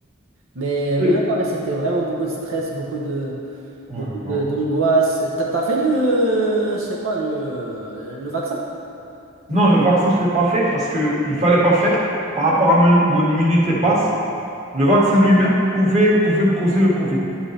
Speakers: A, on the right (about 85°); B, on the right (about 35°).
A: Mais,
B: oui.
A: mais non, mais c'était vraiment beaucoup de stress, beaucoup de,
B: Ouais,
A: beaucoup de,
B: grave.
A: d'angoisse. T'as, t'as fait le, je sais pas, le, le vaccin?
B: Non, le vaccin, je ne l'ai pas fait parce qu'il ne fallait pas faire. Par rapport à mon mon immunité basse, le vaccin lui-même pouvait, pouvait me causer le Covid.